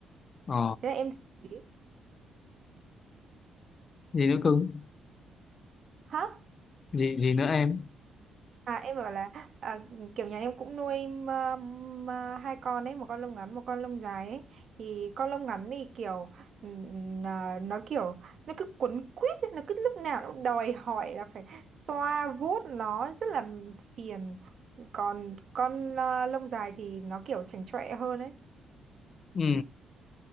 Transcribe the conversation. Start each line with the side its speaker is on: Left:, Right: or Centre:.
Left: Ờ,
Right: Thế là em thấy
Left: gì nữa cưng?
Right: hả?
Left: Gì, gì nữa em?
Right: À em bảo là à, kiểu nhà em cũng nuôi ma- ma- hai con ấy, một con lông ngắn, một con lông dài ấy. Thì con lông ngắn thì kiểu ừm, à, nó kiểu nó cứ quấn quýt, ấy, nó cứ lúc nào nó cũng đòi hỏi là phải xoa vuốt nó rất là phiền. Còn con à, lông dài thì nó kiểu chảnh chọe hơn ấy,
Left: Ừ.